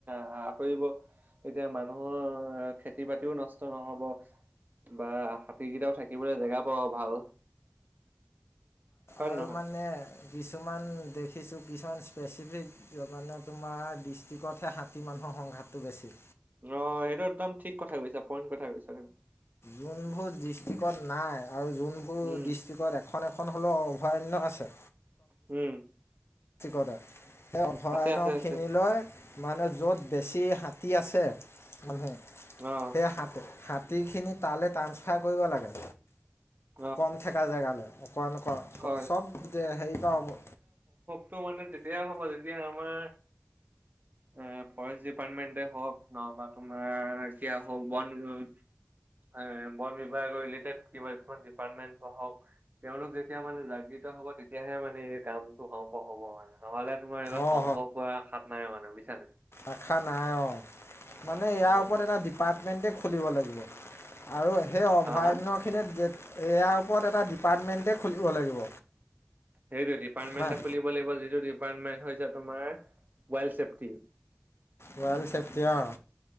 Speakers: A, on the right; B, on the left.
A: আহ আঁতৰিব এতিয়া মানুহৰ খেতি বাতিও নষ্ট নহ'ব। বা হাতীকেইটাও থাকিবলৈ জেগা পাব ভাল। হয়
B: আৰু
A: নে নহয়?
B: মানে কিছুমান দেখিছো কিছুমান স্পেচিফিক মানে তোমাৰ ডিষ্ট্ৰিকতহে হাতী মানুহৰ সংঘাতটো বেছি।
A: অ', সেইটো একদম ঠিক কথা কৈছা পইণ্ট কথা কৈছা তুমি।
B: যোনবোৰ ডিষ্ট্ৰিকত নাই আৰু যোনবোৰ
A: উম,
B: ডিষ্ট্ৰিকত এখন এখন হ'লেও অভয়াৰণ্য আছে।
A: উম।
B: দিস্তিকৈলে সেই অভয়াৰণ্যখিনিলৈ
A: আছে আছে আছে
B: মানে য'ত বেছি হাতী আছে মানুহ সেই
A: অ',
B: হাতীখিনি তালৈ ট্ৰাসফাৰ কৰিব লাগে।
A: <inaudible>
B: কম থেকা জেগালৈ অকণ নক
A: হয়।
B: চব হেৰি ন।
A: তটো মানে তেতিয়া হ'বা তেতিয়া আমাৰ এ ফৰেষ্ট ডিপাৰ্টমেন্টে হওঁক নহ'বা তোমাৰ এতিয়া হওঁক বন বিভাগ বন বিভাগৰ ৰেলিটেড কিবা এনেকুৱা ডিপাৰ্টমেণ্ট হওঁক। তেওঁলোক যেতিয়া মানে জাগ্ৰীত হ'ব তেতিয়াহে মানে এই কামটো হওঁ হওঁ হ'ব মানে নহ'লে তোমাৰ ইমান
B: অঁ
A: সম্ভৱ পৰা আসাত নাই মানে বুজিছানে।
B: আখা নাই অ' মানে ইয়াৰ
A: অ
B: ওপৰত এটা ডিপাৰ্টমেণ্টেই খুলিব লাগিব। আৰু সেই অভয়াৰণ্যখিনিত
A: হা হা
B: ইয়াৰ ওপৰত এটা ডিপাৰ্টমেণ্টেই খুলিব লাগিব।
A: সেইটোৱে ডিপাৰ্টমেণ্ট
B: নাই
A: এটা খুলিব লাগিব যিটো ডিপাৰ্টমেণ্ট হৈছে তোমাৰ ৱেলড চছেফটি।
B: ৱেল্ড চেকটি অ'।